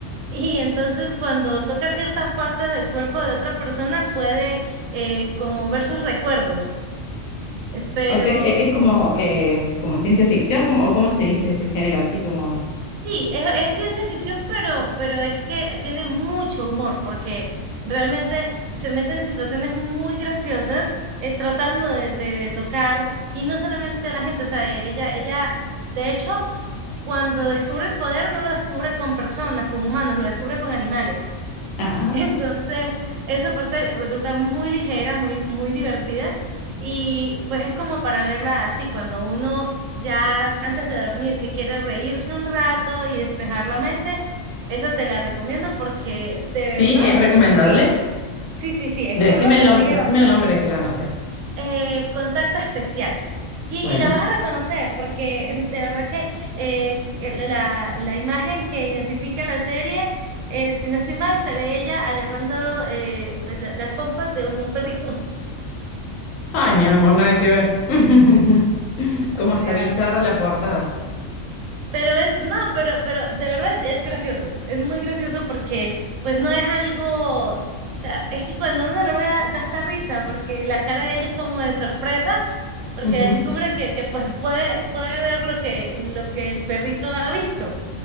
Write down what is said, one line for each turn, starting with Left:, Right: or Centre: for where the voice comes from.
Right: y entonces cuando toca ciertas partes del cuerpo de otra persona puede eh, como ver sus recuerdos. Eh, Pero
Left: O sea, e- es como, eh, como ciencia ficción, como, o cómo se dice ese género, así como...
Right: sí, es, es ciencia ficción, pero, pero es que tiene mucho humor porque realmente se mete en situaciones muy graciosas eh, tratando de, de- de tocar y no solamente a la gente, o sea, ella, ella, de hecho, cuando descubre el poder no lo descubre con personas, con humanos, lo descubre con animales.
Left: Ajá.
Right: Entonces, esa parte resulta muy ligera, muy, muy divertida y pues es como para verla así, cuando uno ya antes de dormir que quiere reírse un rato y despejar la mente, esa te la recomiendo porque de verdad
Left: Sí, es recomendable.
Right: uno se ríe. Sí, sí, sí, es
Left: Decime
Right: que uno se
Left: el,
Right: ríe
Left: nom- decime
Right: bastante
Left: el nombre que la anote.
Right: eh, contacto especial. Y,
Left: Bueno.
Right: y la vas a reconocer porque eh, de verdad que eh, el- la, la imagen que identifica la serie, eh, si no estoy mal, se ve ella agarrando eh, pues, la- las pompas de un perrito. <laughs>
Left: Ay, mi amor, nada que ver. <laughs>
Right: O
Left: Como
Right: sea,
Left: hasta bizarra la portada.
Right: pero es, no, pero, pero de verdad es gracioso. Es muy gracioso porque pues no es algo, o sea, es que cuando uno lo ve da da hasta risa porque la cara de ella es como de sorpresa porque
Left: Ujú.
Right: descubre que, que pues puede, puede ver lo que, lo que el perrito ha visto.